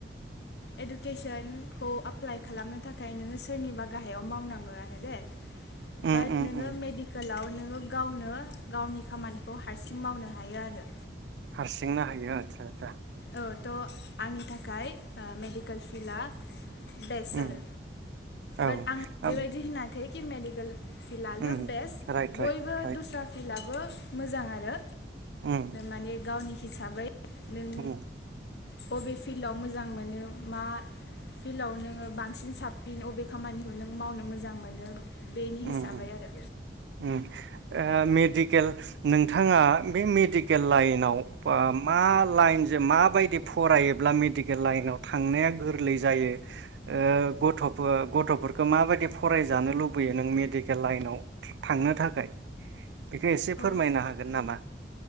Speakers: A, on the left; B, on the right.
A: इडुकेसनखौ एप्लाइ खालामनो थाखाय नोङो सोरनिबा गाहायाव मावनांगौ आरो दे।
B: उम
A: बाट
B: उम
A: नोंङो
B: उम
A: मेडिकेलाव नोङो गावनो गावनि खामानिखौ हारसिं मावनो हायो आरो
B: हारसिंनो आतसा
A: औ थ' आंनि थाख खाय मेडिकोल फिला बेस्ट
B: उम
A: आरो
B: औ
A: बाट आं
B: ओम
A: बेबायदि होनाखै कि मेडिगोल फिलानो
B: उम
A: बेस्ट
B: राइट राइट
A: बयबो
B: राइट
A: दस्रा फिल्डाबो बो मोजां आरो
B: उम
A: माने गावनि हिसाबै नों
B: उम
A: बबे फिल्डाव मोजां मोनो मा फिल्डआव नोङो बांसिन साबसिन बबे खामानिखौ नों मावनो मोजां मोनो। बेनि
B: उम
A: हिसाबै
B: उम
A: आरो
B: उम ओ मेडि केल नोंथाङा बे मेडिकेल लाइनआव बा मा लाइनजों माबायदि फरायोबा मेडिकेल लाइनआव थांनाया गोरलै जायो ओ गथ'फोर गथ'फोरखो माबादि फरायजानो लुब बैयो नों मेडिकेल लाइनाव थांनो थाखाय। बेखौ एसे
A: औ
B: फोरमायनो हागोन नामा?